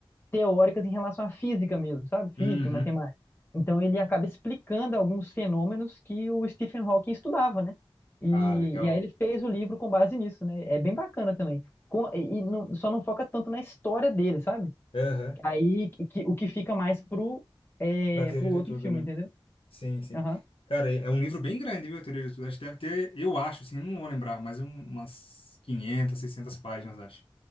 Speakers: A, on the left; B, on the left.
A: teóricas em relação à física mesmo, sabe? Física
B: Uhum.
A: e matemática. Então ele acaba explicando alguns fenômenos que o Stephen Hawking estudava, né? E,
B: Ah, legal.
A: e aí ele fez o livro com base nisso, né? É bem bacana também. Com- e e não- só não foca tanto na história dele, sabe?
B: Aham,
A: Aí que- que- o que fica mais pro, é,
B: Pra teoria
A: pro outro
B: de tudo,
A: filme,
B: né?
A: entendeu?
B: Sim, sim.
A: Aham.
B: Cara, é é um livro bem grande, viu, a teoria de tudo. Acho que deve ter, eu acho, assim, não vou lembrar, mas um- umas 500, 600 páginas, acho.